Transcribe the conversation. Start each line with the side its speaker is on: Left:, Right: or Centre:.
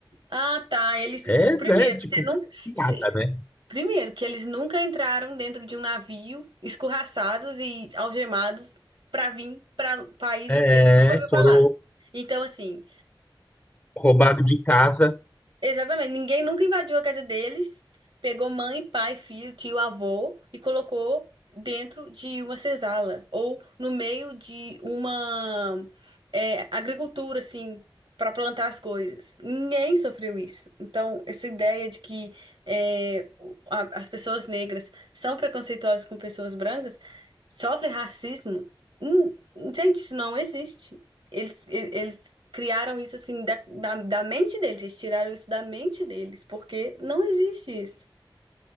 Right: Ah, tá. Eles,
Left: É,
Right: primeiro,
Left: né? Tipo,
Right: que você nunca,
Left: piada,
Right: cê-
Left: né?
Right: primeiro que eles nunca entraram dentro de um navio escorraçados e algemados para vir para países
Left: É,
Right: que eles nunca ouviram
Left: foram
Right: falar. Então, assim,
Left: roubados de casa.
Right: Exatamente, ninguém nunca invadiu a casa deles, pegou mãe, pai, filho, tio, avô e colocou dentro de uma senzala ou no meio de uma é, agricultura, assim, para plantar as coisas. Ninguém sofreu isso. Então, essa ideia de que é, o- a- as pessoas negras são preconceituosas com pessoas brancas, sofrem racismo, hum, gente, isso não existe. Eles, e- eles criaram isso assim da, da, da mente deles, eles tiraram isso da mente deles, porque não existe isso.